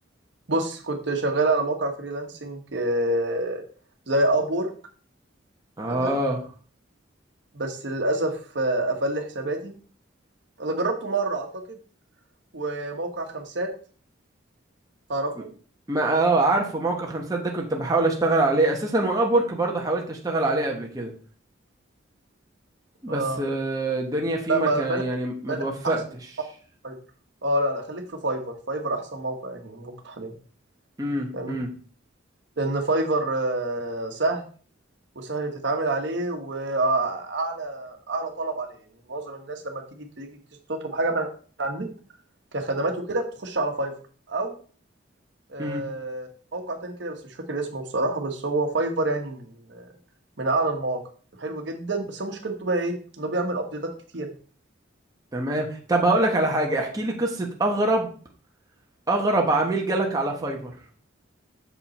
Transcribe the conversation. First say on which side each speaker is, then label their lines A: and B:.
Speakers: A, on the right (about 60°); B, on the right (about 20°).
A: بص كنت شغال على موقع فريلانسنج آه، زي ابور
B: آه
A: تمام بس للاسف آه، قفل لي حساباتي انا جربته مرة اعتقد وموقع خمسات تعرفه
B: م- ما آه عارفه موقع خمسات ده كنت بحاول أشتغل عليه أساسا وأبورك برضه حاولت أشتغل عليه قبل كده بس
A: آه.
B: آه، الدنيا فيه
A: لا
B: ما
A: ما
B: كان
A: بلاش
B: يعني ما
A: بلاش
B: توفقتش
A: احسن موقع فايفر اه لا لا خليك في فايفر فايفر احسن موقع يعني موجود حاليا
B: امم
A: فاهمني
B: امم
A: لان فايفر آه، سهل وسهل تتعامل عليه واعلى اعلى طلب عليه يعني معظم الناس لما تيجي تيجي تطلب حاجه من على النت كخدمات وكده بتخش على فايفر او آه،
B: امم
A: موقع تاني كده بس مش فاكر اسمه بصراحه بس هو فايفر يعني من من اعلى المواقع حلو جدا بس مشكلته بقى ايه انه بيعمل ابديتات كتيره
B: تمام طب هقول لك على حاجة احكي لي قصة أغرب أغرب عميل جالك على فايفر